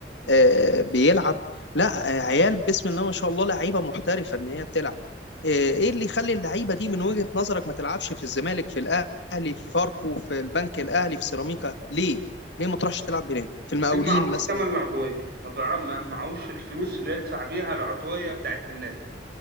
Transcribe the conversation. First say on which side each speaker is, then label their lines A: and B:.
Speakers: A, on the left (about 85°); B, on the right (about 60°).
A: آه، بيلعب لا آه، عيال بسم الله ما شاء الله لعيبه محترفه ان هي بتلعب آه، ايه اللي يخلي اللعيبه دي من وجهه نظرك ما تلعبش في الزمالك في الاهلي في فاركو في البنك الاهلي في سيراميكا ليه ليه ما تروحش تلعب هناك في المقاولين
B: كان معهوش
A: مثلا
B: تمن العضوية ما بيعرف ما معهوش الفلوس اللي يدفع بيها العضوية بتاعت النادي